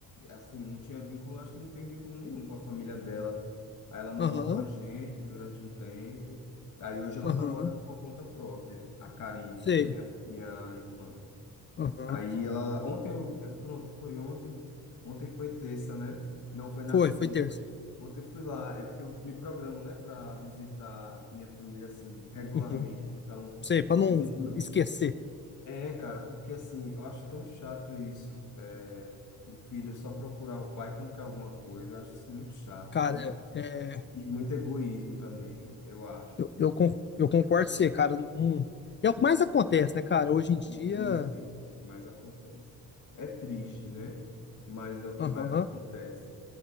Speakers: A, on the left; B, on the left.
A: assim, não tinha vínculo, acho que não tem vínculo nenhum com a família dela. Aí ela morou
B: Aham,
A: com a gente durante um tempo. Aí hoje ela
B: aham,
A: tá morando por conta própria, a Karine,
B: sei.
A: né, minha, minha irmã.
B: Aham.
A: Aí ela, ontem eu, é, pronto, foi ontem, ontem foi terça, né? Não, foi na
B: Foi,
A: segunda.
B: foi terça.
A: Ontem eu fui lá, é porque eu me programo, né, para visitar minha família, assim, regularmente.
B: Uhum.
A: Então,
B: Sei, pra
A: eu
B: não
A: visito.
B: esquecer.
A: É, cara, porque assim, eu acho tão chato isso. é, um filho só procurar o pai quando quer alguma coisa, eu acho isso muito chato,
B: Cara,
A: sabe?
B: é,
A: E muito egoísmo também, eu acho.
B: eu, eu, con- eu concordo com você, cara. Não... É o que mais acontece, né, cara? Hoje em dia.
A: Infelizmente, o que mais acontece. É triste, né? Mas é o que
B: Aham,
A: mais acontece.
B: ah,